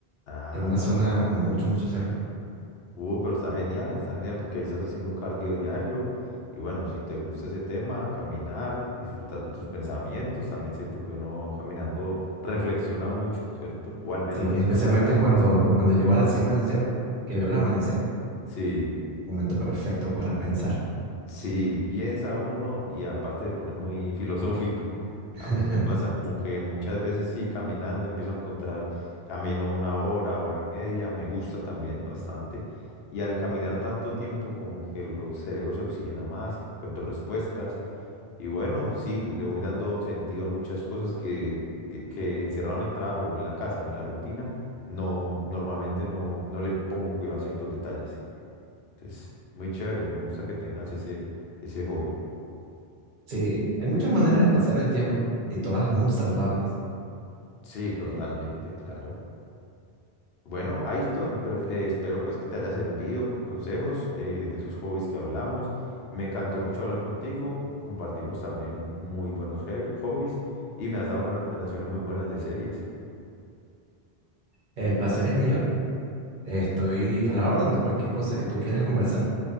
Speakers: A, on the left; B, on the right.
A: Ah.
B: en una zona con muchos, muchos cerros.
A: Uh, pero está genial, está genial porque ahí estás haciendo un cardio diario. Y bueno, si te gusta ese tema, caminar, disfrutar de tus pensamientos, también siento que uno caminando reflexiona mucho, ¿cierto? O al menos
B: Sí,
A: a mí
B: especialmente
A: me ha pasado.
B: cuando, cuando llego a la cima
A: Sí.
B: del cerro, que veo el amanecer.
A: Sí.
B: Momento perfecto para pensar.
A: Sí, piensa uno y aparte se pone muy <laughs> filosófico.
B: <laughs>
A: A mí me pasa como que muchas veces sí, caminando empiezo a encontrar camino una hora, hora y media, me gusta también bastante. Y al caminar tanto tiempo como que el cerebro se oxigena más, encuentro respuestas. Y bueno, sí, le voy dando sentido a muchas cosas que, que, que encerrado en el trabajo o en la casa o en la rutina, no, normalmente no, no le pongo cuidado a ciertos detalles. Entonces, muy chévere, me gusta que tengas ese, ese hobby.
B: Sí, hay muchas maneras de pasar el tiempo y todas muy saludables.
A: Sí, totalmente,
B: Eh,
A: claro. Bueno, Ayrton, pref- eh, espero pues que te haya servido mis consejos eh, de esos hobbies que hablamos. Me encantó mucho hablar contigo. Compartimos también muy buenos he- hobbies y me has dado unas recomendaciones muy buenas de series.
B: el placer es mío. Estoy a la orden de cualquier cosa que tú quieras conversar.